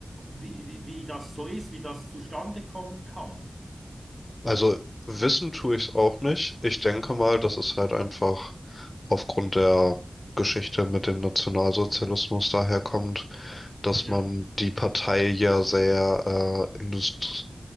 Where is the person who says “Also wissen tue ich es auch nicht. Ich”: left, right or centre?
Left